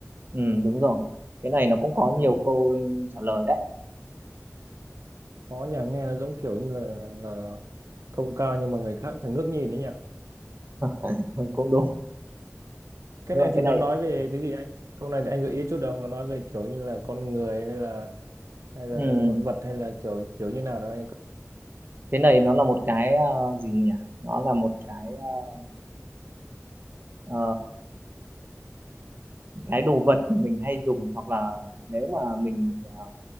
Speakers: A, on the right; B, on the right.
A: ừ, đúng rồi cái này nó cũng có
B: ừ.
A: nhiều câu trả lời đấy
B: có nhà nghe nó giống kiểu như là, là là không cao nhưng mà người khác phải ngước nhìn đấy nhỉ
A: <laughs> Ừ, cũng đúng
B: cái
A: nhưng
B: này
A: mà
B: thì
A: cái này
B: nó nói về cái gì anh câu này thì anh gợi ý chút đâu nó nói về kiểu như là con người hay là hay là
A: ừ,
B: con vật hay là kiểu kiểu như nào đó anh
A: cái này nó là một cái ờ, gì nhỉ nó là một cái ờ, ờ, cái đồ vật mà mình hay dùng hoặc là nếu mà mình ờ,